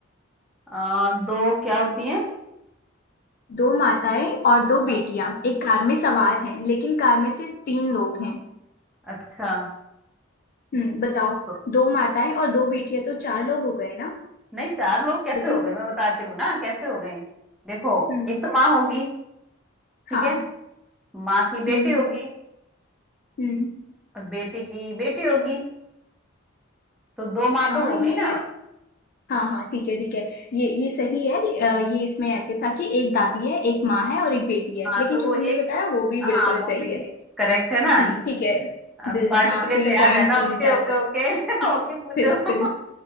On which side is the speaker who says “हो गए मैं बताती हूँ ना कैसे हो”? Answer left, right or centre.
Centre